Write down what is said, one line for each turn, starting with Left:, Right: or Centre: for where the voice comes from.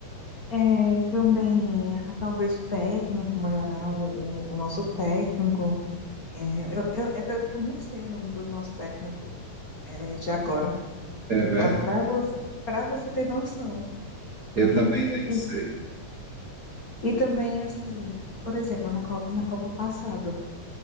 Left: É, também, ah, talvez o técnico, melhorar o, o o nosso técnico. É, eu, eu- é tanto que eu nem sei o nome do nosso técnico é, de agora.
Right: É verdade.
Left: Dá para você, para você ter noção.
Right: Eu
Left: E,
Right: também nem
Left: e,
Right: sei.
Left: e também, assim, por exemplo, na Copa, na Copa passada,